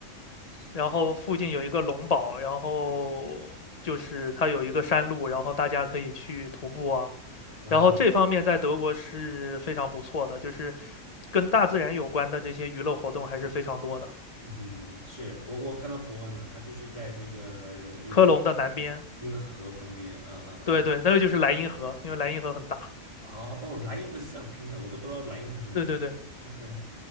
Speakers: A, on the right; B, on the left.
A: 西的
B: 然后附近有一个龙堡，然后就是它有一个山路，然后大家可以去徒步啊，
A: 嗯
B: 然后这方面在德国是非常不错的，就是跟大自然有关的这些娱乐活动还是非常多的。
A: 嗯，是我我看到伯恩了，他就是在这个一个
B: 科隆的南边，
A: 一个河旁边，嗯嗯嗯，
B: 对对，那个就是莱茵河，因为莱茵河很大。
A: 哦哦，莱茵河是这样拼的，我都不知道莱茵河怎么拼。
B: 对对对
A: <laughs>